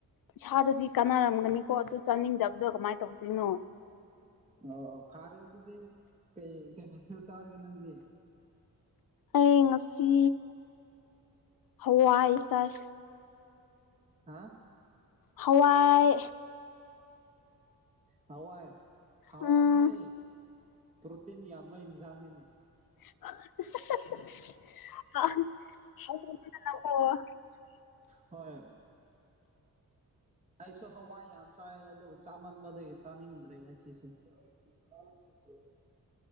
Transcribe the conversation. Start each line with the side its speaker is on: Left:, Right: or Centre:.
Left: ꯏꯁꯥꯗꯗꯤ ꯀꯥꯟꯅꯔꯝꯒꯅꯤꯀꯣ ꯑꯗꯨ ꯆꯥꯅꯤꯡꯗꯕꯗꯣ ꯀꯃꯥꯏꯅ ꯇꯧꯗꯣꯏꯅꯣ
Right: ꯑꯣ ꯑꯣ ꯐꯥꯔꯦ ꯑꯗꯨꯗꯤ ꯀꯩ ꯀꯩ ꯃꯩꯊꯦꯜ ꯆꯥꯔꯒꯦ ꯅꯪꯗꯤ
Left: ꯑꯩ ꯉꯁꯤ ꯍꯋꯥꯏ ꯆꯥꯏ
Right: ꯍꯥ
Left: ꯍꯋꯥꯏ
Right: ꯍꯋꯥꯏ ꯍꯥꯎꯔꯥꯅꯤ
Left: ꯎꯝ
Right: ꯍꯦ ꯄꯣꯇꯅꯤ ꯑꯃ ꯏꯟꯁꯥꯉꯅꯦꯅꯤ
Left: <inaudible>
Right: ꯍꯣꯏ ꯑꯩꯁꯨ ꯍꯋꯥꯏ ꯌꯥꯝ ꯆꯥꯏ ꯑꯗꯨ ꯆꯥꯃꯟꯕꯗꯒꯤ ꯆꯥꯅꯤꯡꯗ꯭ꯔꯦ ꯉꯁꯤꯁꯦ ꯀ ꯁꯁ